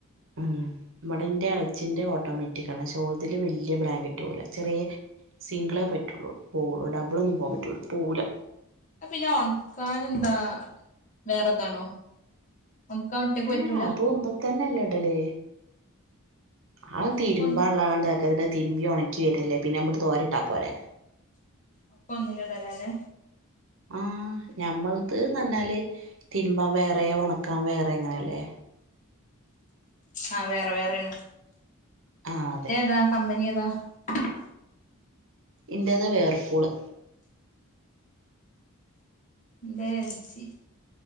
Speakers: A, on the right; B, on the left.
A: ഉം നമ്മടെന്റെ അലച്ചിന്റെ ഓട്ടോമാറ്റിക് ആണ് ഷോൾഡില് വലിയ ബ്ലാങ്കറ്റ് പോല ചെറിയ സിംഗിളേ പറ്റുള്ളൂ പോവുള്ളൂ ഡബിൾ ഒന്നും പോകാൻ പറ്റൂല പോവൂല്ല
B: പിന്നെ ഉണക്കൻ എന്താ വേറെതാണോ നമുക്ക് ഒറ്റക്ക്
A: ഏഹ്
B: പറ്റൂല
A: അതും ഒന്ന് തന്നെല്ലേ ഉടല് ആ
B: ആഹ്
A: തിരുമ്പാ
B: ഒക്കെ ഒന്ന്
A: ഉള്ളതണ്ട്ക്കതിന്റെ തിരുമ്പി ഉണ നക്കി വല്ലേ പിന്നെ നമ്മ തോരിട്ടാ പോരെ
B: അപ്പ ഒന്നില്ലടരാലെ
A: ആ ഞമ്മൾത് നന്നാല് തിന്മ്പൻ വേറെ ഉണക്കാൻ വേറെ എങ്ങനെയല്ലേ
B: ആ വേറെ വേറൊണ്
A: ആഹ് അതെ
B: എന്റെ താ കമ്പനി <unintelligible>
A: ഇന്റേത് വേർപ്പൂള്
B: എന്റെ എൽസി